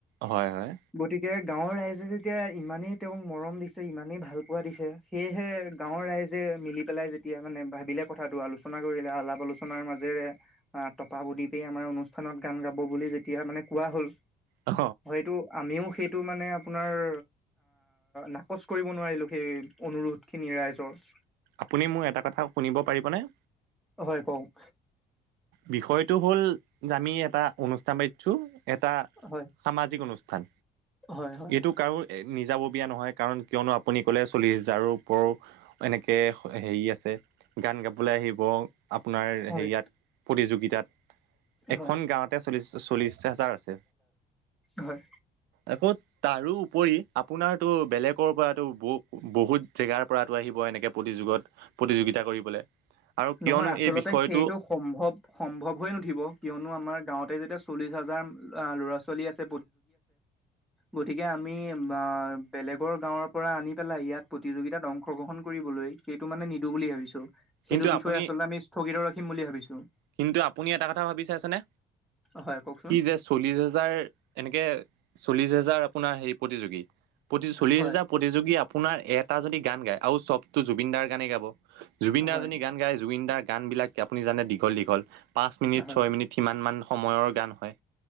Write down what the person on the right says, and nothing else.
হয় হয়।
অ
আপুনি মোৰ এটা কথা শুনিব পাৰিবনে?
বিষয়টো হ'ল আমি এটা অনুষ্ঠান পাতিছোঁ। এটা
সামাজিক অনুষ্ঠান
এইটো কাৰোঁ নিজা ব বিয়া নহয় কাৰণ কিয়নো আপুনি ক'লে চল্লিছ হাজাৰৰ ওপৰও এনেকৈ হেৰি আছে গান গাবলৈ আহিব আপোনাৰ
হেয়িয়াত প্ৰতিযোগিতাত। এখন
গাঁৱতে চল্লিশ হাজাৰ আছে।
আকৌ তাৰোপৰি আপোনাৰ টো বেলেগৰ পৰা টো বু বহুত জেগাৰ পৰাটো আহিব। এনেকে প্ৰতিযুগত প্ৰতিযোগিতা কৰিবলে আৰু কিয়নো
এই বিষয়টো।
কিন্তু
আপুনি
কিন্তু আপুনি এটা কথা ভাবি চাইছেনে।
কি যে চল্লিশ হাজাৰ এনেকে চল্লিশ হাজাৰ হেজাৰ আপোনাৰ হেৰি প্ৰতিযোগী পতি চল্লিশ
হাজাৰ প্ৰতিযোগী আপোনাৰ এটা যদি গান গাই আৰু চবতটো জুবিনদাৰ গানে গাব জুবিনদাৰ
যদি গান গাই জুবিনদাৰ গান বিলাক আপুনি জানে দীঘল দীঘল পাঁচ মিনিট
ছয় মিনিট সিমান মান সময়ৰ গান হয়।